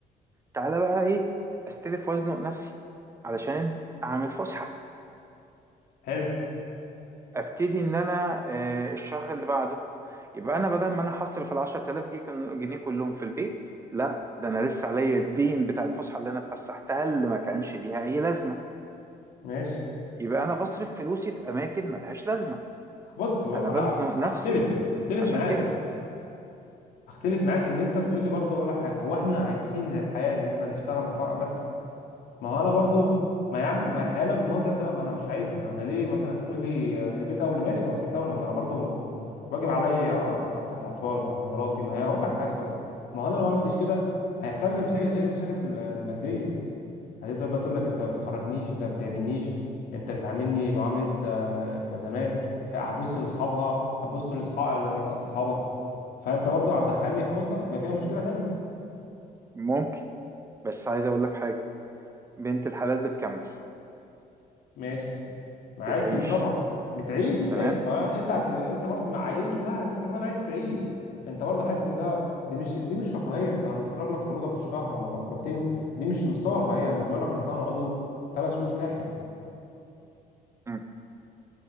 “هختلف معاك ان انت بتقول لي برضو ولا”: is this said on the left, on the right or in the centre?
Left